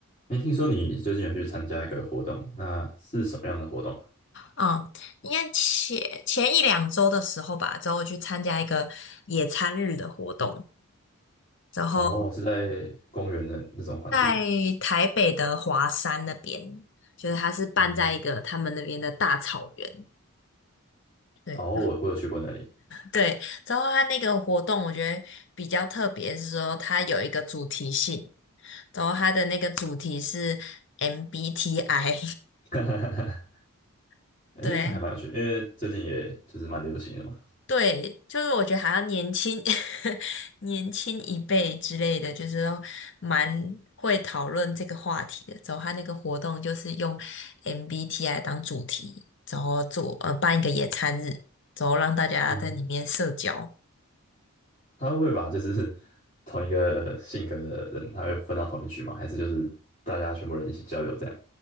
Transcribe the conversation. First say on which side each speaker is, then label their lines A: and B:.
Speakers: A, on the left; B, on the left.
A: 没听说你最近有去参加一个活动，那是什么样的活动啊？
B: 嗯，应该前前一两周的时候吧，之后我去参加一个野餐日的活动，然后
A: 哦，是在公园的那种环境吗？
B: 在台北的华山那边，就是它是办在一个他们那边的大草原。
A: 嗯，
B: 对
A: 哦，我我有去过那里，
B: 对，之后它那个活动我觉得比较特别，是说它有一个主题性，然后它的那个主题是 MBTI，
A: <laughs>
B: <laughs>
A: 哎这还蛮有趣的，
B: 对，
A: 因为最近也就是蛮流行的嘛。
B: 对，就是我觉得好像年轻 <laughs> 年轻一辈之类的，就是都蛮会讨论这个话题的。之后他那个活动就是用 MBTI 当主题，然后做呃办一个野餐日，然后让大家在里面社交。
A: 嗯，<laughs> 他们会把就是 <laughs> 同一个性格的人，他会分到同一区吗？还是就是大家全部人一起交流这样？